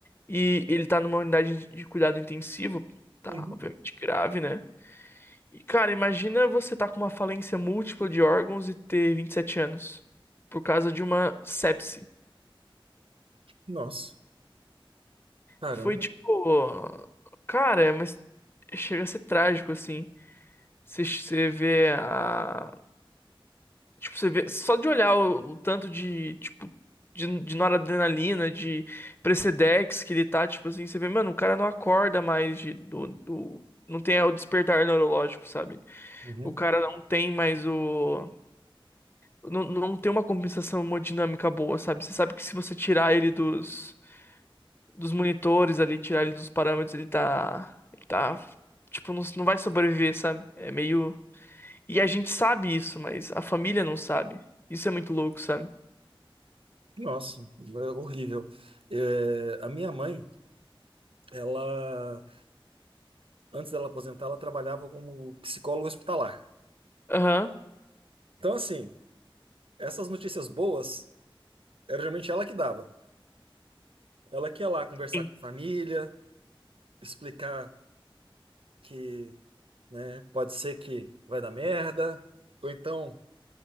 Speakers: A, on the left; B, on the right.
A: E ele tá numa unidade de cuidado intensivo. Tá,
B: Uhum.
A: obviamente grave, né? E, cara, imagina você tá com uma falência múltipla de órgãos e ter 27 anos. Por causa de uma sepse.
B: Nossa, caramba.
A: Foi tipo. Cara, mas chega a ser trágico, assim. Você você vê a Tipo, você vê, só de olhar o, o tanto de, tipo, de, de noradrenalina, de Precedex que ele tá, tipo assim, você vê, mano, o cara não acorda mais de, do, do- não tem o despertar neurológico, sabe?
B: Uhum.
A: O cara não tem mais o, não, não tem uma compensação hemodinâmica boa, sabe? Você sabe que se você tirar ele dos, dos monitores ali, tirar ele dos parâmetros, ele tá, ele tá, tipo, não, não vai sobreviver, sabe? É meio, e a gente sabe isso, mas a família não sabe. Isso é muito louco, sabe?
B: Nossa, é horrível. É, a minha mãe, ela, antes dela aposentar, ela trabalhava como psicóloga hospitalar.
A: Aham.
B: Então, assim, essas notícias boas, era geralmente ela que dava. Ela que ia lá conversar
A: Sim.
B: com a família, explicar que né? Pode ser que vai dar merda, ou então